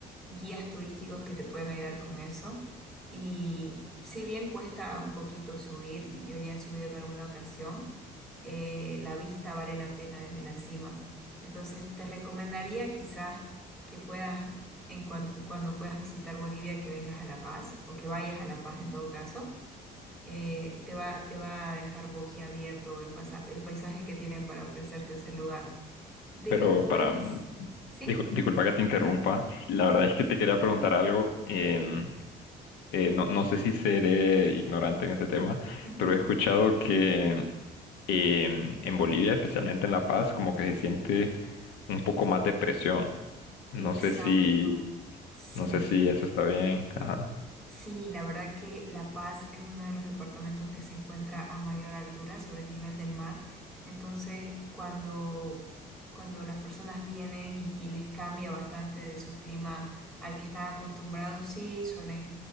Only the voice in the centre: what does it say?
guías turísticos que te pueden ayudar con eso. Y si bien cuesta un poquito subir, yo ya he subido en alguna ocasión, eh, la vista vale la pena desde la cima. Entonces te recomendaría quizás que puedas, en cuanto, cuando puedas visitar Bolivia, que vengas a La Paz o que vayas a La Paz en todo caso eh, te va, te va a dejar boquiabierto el pasa- el paisaje que tiene para ofrecerte ese lugar. Después,
¿sí?
Ujú.
Exacto,
sí.
Sí, la verdad que La Paz es uno de los departamentos que se encuentra a mayor altura sobre el nivel del mar. Entonces, cuando, cuando las personas vienen y, y les cambia bastante de su clima al que están acostumbrados, sí, suelen